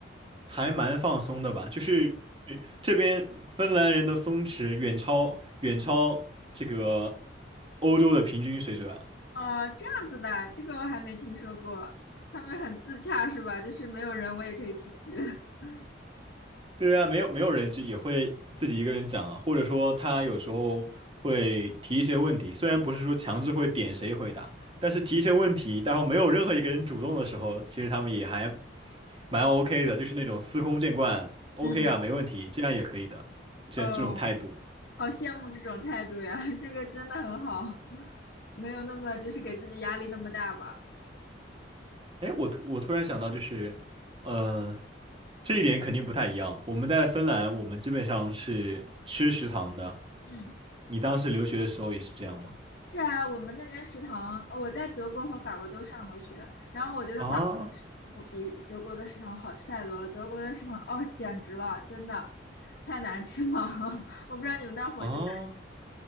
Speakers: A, on the right; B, on the left.
A: 还蛮放松的吧，就是这边芬兰人的松弛远超远超这个欧洲的平均水准啊。
B: 哦，这样子的，这个我还没听说过，他们很自洽是吧？就是没有人我也可以自己。<laughs>
A: 对啊，没有没有人就也会自己一个人讲啊，或者说他有时候会提一些问题，虽然不是说强制会点谁回答，但是提一些问题，然后没有任何一个人主动的时候，其实他们也还蛮 OK 的，就是那种司空见惯，OK
B: 嗯，
A: 啊，没问题，这样也可以的，这样这种态度。
B: 哦，好羡慕这种态度呀，<laughs> 这个真的很好，没有那么就是给自己压力那么大吧。
A: 哎，我突我突然想到，就是，呃，这一点肯定不太一样。我们在芬兰，我们基本上是吃食堂的。
B: 嗯。
A: 你当时留学的时候也是这样吗？
B: 是啊，我们那边食堂，呃我在德国和法国都上过学，然后我觉得法国的食物比德国的食堂好吃太多了。
A: 啊？
B: 德国的食堂，哦，简直了，真的太难吃了。<laughs> 我不知道你们那儿伙食咋
A: 啊，